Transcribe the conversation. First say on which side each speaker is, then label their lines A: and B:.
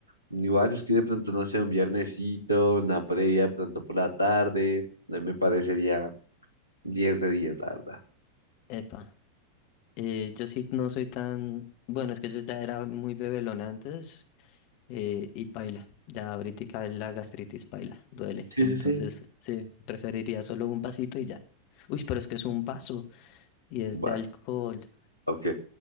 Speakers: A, on the left; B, on the left.
A: igual es que de pronto, no sé, un viernesito, una previa, de pronto por la tarde, eh, me parecería diez de diez la verdad.
B: Epa. Eh, yo sí no soy tan... Bueno, es que yo ya era muy bebelón antes eh, y paila. Ya ahorita la gastritis paila, duele.
A: Sí,
B: Entonces,
A: sí, sí.
B: sí, preferiría solo un vasito y ya. Uy, pero es que es un vaso. y es
A: Un
B: de
A: Vaso,
B: alcohol.
A: ok.